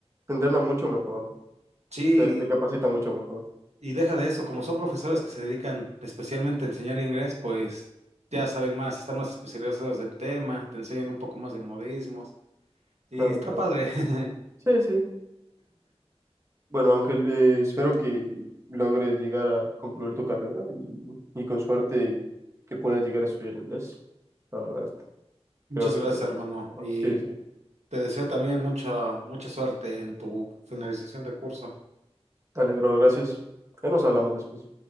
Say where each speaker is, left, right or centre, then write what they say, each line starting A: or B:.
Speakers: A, on the right; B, on the right.
A: te entrena mucho mejor,
B: Sí,
A: te, te capacita mucho mejor.
B: Y deja de eso, como son profesores que se dedican especialmente a enseñar inglés, pues ya saben más, están más especializados del tema, te enseñan un poco más de modismos y
A: Claro,
B: está
A: claro.
B: padre. <laughs>
A: Sí, sí. Bueno, Ángel, eh, espero que logres llegar a concluir tu carrera y, y con suerte que puedas llegar a estudiar inglés. La verdad.
B: Muchas
A: Creo que...
B: gracias, hermano, y
A: Sí, sí.
B: te deseo también mucha mucha suerte en tu finalización de curso.
A: Dale, bro, gracias. Ya nos hablamos después.